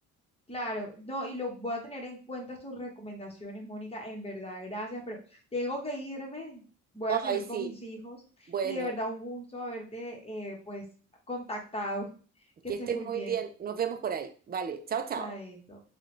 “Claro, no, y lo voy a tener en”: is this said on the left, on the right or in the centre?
Left